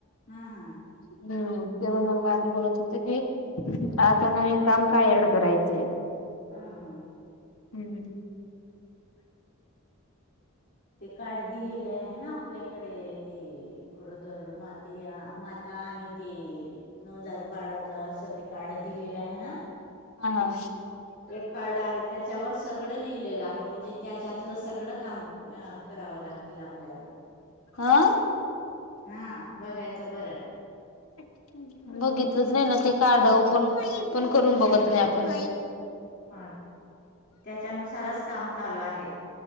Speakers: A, on the left (about 50°); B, on the left (about 75°).
A: हा हा.
B: हम्म ते मग बोलत होते की आता नवीन काम का ॲड करायचंय?
A: हा हा.
B: हम्म.
A: ते कार्ड दिलेले आहे ना आपल्याकडे ते गरोदर माते म ता आणि ते नवजात बाळाचं असं ते कार्ड दिलेलं आहे ना.
B: हा हा
A: एक कार्ड आहे त्या च्यावर सगड लिहिलेलं आहे म्हणजे त्याच्यातलं सगड काम अ करावं लागतील आपल्याला.
B: हं.
A: हा बघायचं बरं.
B: <inaudible> बघितलंच नाही ना ते कार्ड ओपन पण करून बघत नाही आपण.
A: मग त्याच्यानुसारच काम चालू आहे.